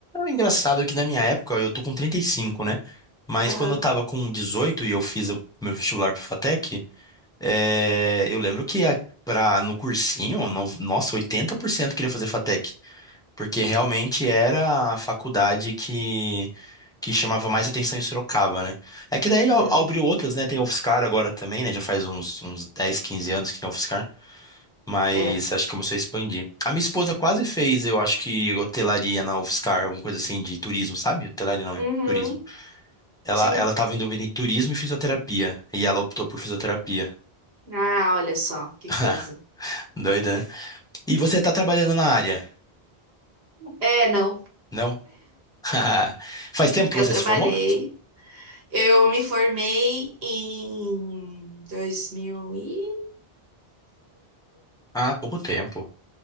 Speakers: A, in the centre; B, on the right.
A: É engraçado é que na minha época eu tô com 35, né? Mas
B: Aham.
A: quando eu tava com 18 e eu fiz o meu vestibular pro FATEC. É, eu lembro que a, pra, no cursinho, no- nossa, 80% queria fazer FATEC, porque realmente era a faculdade que, que chamava mais atenção em Sorocaba, né? É que daí
B: Uhum.
A: ab- abriu outras, né? Tem a UFSCar agora também, né? Já faz uns, uns dez quinze anos que tem a UFSCar, mas
B: É.
A: acho que começou a expandir. A minha esposa quase fez, eu acho que hotelaria na UFSCar, alguma coisa assim de turismo, sabe? Hotelaria não é.
B: Uhum.
A: Turismo. Ela,
B: Sim.
A: ela tava em dúvida em turismo e fisioterapia. E ela optou por fisioterapia.
B: Ah, olha só, que
A: <laughs>
B: coisa.
A: Doida, né? E você está trabalhando na área?
B: É, não.
A: Não? <laughs> Faz tempo que
B: Eu
A: você
B: trabalhei.
A: se formou?
B: Eu me formei em 2018?
A: Ah, pouco tempo.